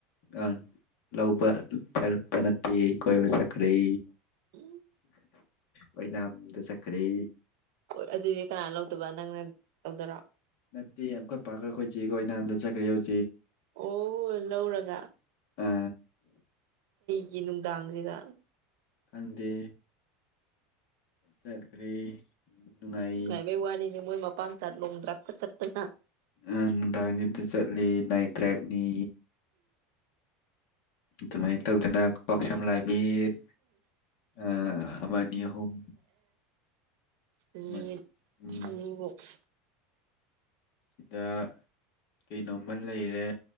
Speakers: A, on the left; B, on the right.
A: ꯑ ꯂꯧꯕꯕ ꯆꯄ ꯅꯠꯇ ꯀꯣꯏꯕ ꯆ ꯀꯔꯤ
B: ꯎꯝ
A: ꯑꯣꯏꯅꯥꯝꯗ ꯆꯠꯈ꯭ꯔꯦ
B: ꯍꯣꯏ ꯑꯗꯨꯗꯤ ꯀꯅꯥꯅ ꯂꯧꯗꯕ ꯅꯪꯅ ꯂꯧꯗꯔꯥ
A: ꯅꯠꯇꯦ ꯑꯩꯈꯣꯏ ꯄꯥ ꯑꯩꯈꯣꯏ ꯆꯦꯒ ꯑꯣꯏꯅꯝꯗ ꯆꯠꯈ꯭ꯔꯦ ꯍꯧꯖꯤꯛ
B: ꯑꯣ ꯂꯧꯔꯒ
A: ꯑ
B: ꯒꯤꯅꯅꯨꯡꯗꯥꯥꯡꯒꯔꯤꯗ
A: ꯈꯪꯗꯦ ꯆꯠꯈ꯭ꯔꯦ ꯅꯨꯡꯉꯥꯏ
B: ꯥꯏꯃꯦ ꯋꯥꯅꯤꯅꯤ ꯃꯣꯏ ꯃ ꯄ ꯆꯠ ꯂꯣꯡ ꯗ꯭ꯔꯥꯛꯀ ꯆꯠꯠꯇꯅ
A: ꯅꯨꯡꯗꯥꯡꯁꯤꯗ ꯆꯠꯂꯤ ꯅꯥꯏꯠ ꯗ꯭ꯔꯥꯏꯕꯅꯤ ꯑꯗꯨꯃꯥꯏꯟ ꯇꯧꯗꯅ ꯀꯥꯛ ꯁꯝ ꯂꯥꯏꯕ ꯃꯤꯠ ꯑ ꯑꯃ ꯑꯅꯤ ꯑꯍꯨꯝ
B: ꯃꯤꯠ
A: ꯑꯃꯅꯤ ꯎꯝ
B: ꯑꯅꯤꯕꯨꯛ
A: ꯗ ꯀꯩꯅꯣꯝꯃ ꯂꯩꯔꯦ